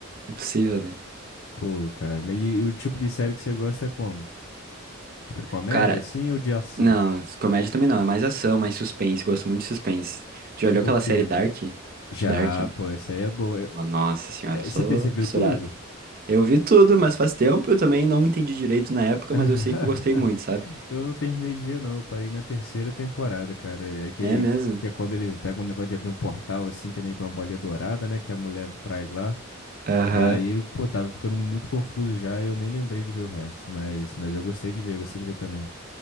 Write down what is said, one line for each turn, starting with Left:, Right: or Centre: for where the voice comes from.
Right: Impossível, né?
Left: Pô, cara. Mas e, e o tipo de série que você gosta é como? Tipo de comédia,
Right: Cara,
Left: assim, ou de ação?
Right: não, comédia também não. É mais ação, mais suspense. Gosto muito de suspense. Já
Left: Tipo
Right: olhou aquela
Left: o quê?
Right: série Dark?
Left: Já,
Right: Dark?
Left: pô, essa aí é boa. Eu-
Right: Oh, nossa
Left: é-
Right: senhora,
Left: é-
Right: eu sou
Left: Você, tem você viu
Right: fissurado.
Left: tudo?
Right: Eu vi tudo, mas faz tempo, eu também não entendi direito na época,
Left: <laughs>
Right: mas eu sei que eu gostei muito, sabe?
Left: Eu não terminei de ver, não. Eu parei na terceira temporada, cara. É que,
Right: É mesmo?
Left: que é quando eles pegam um negócio de abrir um portal, assim, que é meio que uma bolinha dourada, né? Que a mulher traz lá.
Right: Aham.
Left: Aí, pô, tava ficando muito confuso já. Eu nem lembrei de ver o resto. Mas, mas eu gostei de ver, eu gostei de ver também.